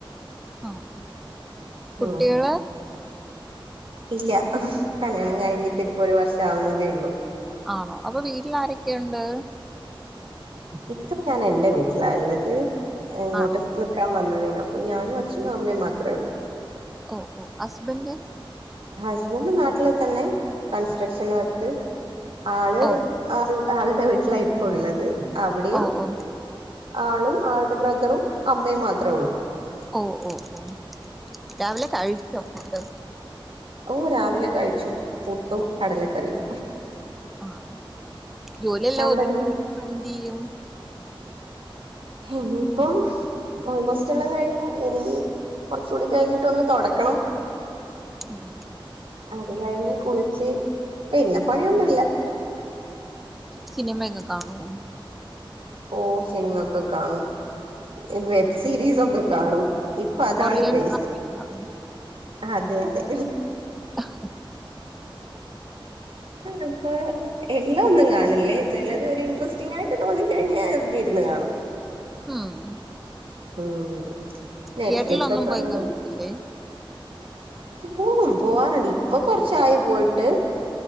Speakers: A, in the centre; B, on the right.
A: ആഹ് കുട്ടികള്
B: ഉം ഇല്ല, കല്യാണം കയ്ഞ്ഞ്ട്ടിപ്പൊര് വർഷാവ്ന്നതേയിള്ളൂ
A: ആണോ അപ്പൊ വീട്ട്ലാരെക്കെയുണ്ട്
B: ഇപ്പം ഞാനെന്റ വീട്ട്ലാ ഇള്ളത് ഇങ്ങോട്ട്
A: ആണോ
B: നിക് - ക്കാൻ വന്നതേനു അപ്പം ഞാനു അച്ഛനും അമ്മേം മാത്രേ ഒള്ളൂ.
A: ഓഹ് ഓഹ് ഹസ്ബൻഡ്
B: ഹസ്ബൻഡ് നാട്ട്ല് തന്നെ കൺസ്ട്രക്ഷൻ വർക്ക് ആള്
A: ഓ
B: ആൾ ആൾടെ വീട്ട്ലാ ഇപ്പൊ ഉള്ളത് അവ്ടെയും
A: ഓ ഓ
B: ആളും ആൾട ബ്രദറും അമ്മയും മാത്രെ ഉള്ളൂ.
A: ഓഹ് ഓ ഓ രാവിലെ കഴി‌ച്ചൊ ഫുഡ്ഡ്
B: ഓഹ് രാവിലെ കഴിച്ചു പുട്ടും കടലക്കറിയും.
A: ആണ് ജോലിയെല്ലാ
B: അവിടെന്ത്
A: ഒത്ങ്ങിലെ ഇപ്പെന്തിയ്യും
B: ഹിനീപ്പം ഓൾമോസ്റ്റ് എല്ലാം കഴ്‌ഞ്ഞു ഇനീ കൊറച്ചൂടി കഴിഞ്ഞിട്ടൊന്ന് തൊടക്കണം
A: ഉം
B: അത് കഴിഞ്ഞി കുളിച്ച് പിന്ന പണിയൊന്നുല്ല.
A: സിനിമെയൊക്ക കാണ് വോ?
B: ഓഹ് സിനിമയൊക്ക കാണും ഇ വെബ് സീരീസൊക്ക കാണും ഇപ്പതാണ്
A: കൊറിയൻ
B: ക്രെയ്സ്
A: ഡ്രാമയൊക്കെ കാണുവോ
B: അതെ അതെ
A: അ ഹ
B: പിന്ന പോയെ എല്ലാ ഒന്നും കാണ്ല്ലേ ചെലത് ഒര് ഇൻട്രസ്റ്റിംങ്ങായ്ട്ട് തോന്നിക്കഴിഞ്ഞാ എൽദിര്ന്ന് കാണും
A: ആഹ്
B: ഉം
A: റ്റിയേട്രിൽ
B: നെറ്റ്ഫ്ലിക്സ്
A: ഒന്നും
B: ഒക്കെ
A: പോയ്
B: ഉള്ളത്
A: കാണത്തില്ലേ
B: ത്തു പോകും പോവാറ്ണ്ട് ഇപ്പൊ കൊറച്ചായി പോയിട്ട്